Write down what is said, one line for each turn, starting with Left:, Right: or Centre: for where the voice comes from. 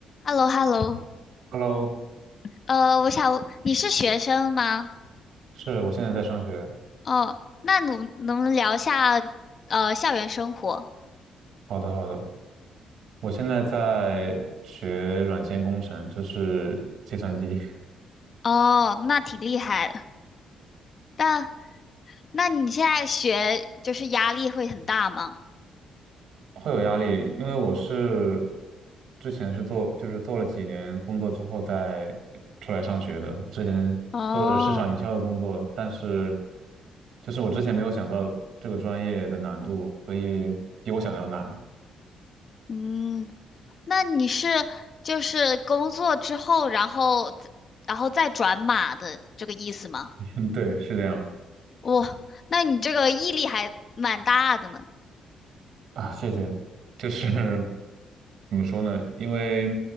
Left: h e l l o h e l l o
Right: Hello，
Left: 呃，我想你是学生吗？
Right: 是我现在在上学。
Left: 哦，那能能不能聊一下呃校园生活？
Right: 好的，好的，我现在在学软件工程，就是计算机，
Left: 哦，那挺厉害的。但那你现在学就是压力会很大吗？
Right: 会有压力，因为我是之前是做，就是做了几年工作之后再出来上学的。之前做的是市场营销的工作，
Left: 哦，
Right: 但是就是我之前没有想到这个专业的难度，所以比我想的要难。
Left: 嗯，那你是就是工作之后，然后再然后再转码的这个意思吗？
Right: <laughs> 对，是这样。
Left: 哇，那你这个毅力还蛮大的呢。
Right: 啊，谢谢。<laughs> 就是怎么说呢？因为